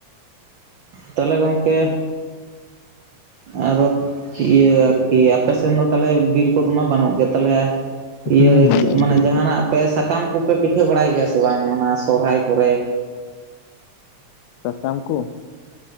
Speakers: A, on the right; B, on the left.
A: ᱛᱟᱦᱚᱞᱮ ᱜᱚᱢᱠᱮ ᱟᱫᱚ ᱤᱭᱟᱹ ᱟᱨᱠᱤ ᱟᱯᱮ ᱥᱮᱮᱫ ᱫᱚ ᱛᱟᱦᱚᱞᱮ ᱵᱤᱨ ᱠᱚᱫᱚ ᱢᱟ ᱵᱟᱹᱱᱩᱜ ᱜᱮ ᱛᱟᱦᱚᱞᱮ ᱤᱭᱟᱹ
B: ᱦᱮᱸ
A: ᱢᱟᱱᱮ ᱡᱟᱦᱟᱱᱟᱜ
B: ᱪᱮᱫ
A: ᱯᱮ ᱥᱟᱠᱟᱢ ᱠᱚᱯᱮ ᱯᱤᱴᱷᱟᱹ ᱵᱟᱲᱟᱭ ᱜᱮᱭᱟ ᱥᱮ ᱵᱟᱝ ᱚᱱᱟ ᱥᱚᱦᱨᱟᱭ ᱠᱚᱨᱮ?
B: ᱥᱟᱠᱟᱢ ᱠᱚ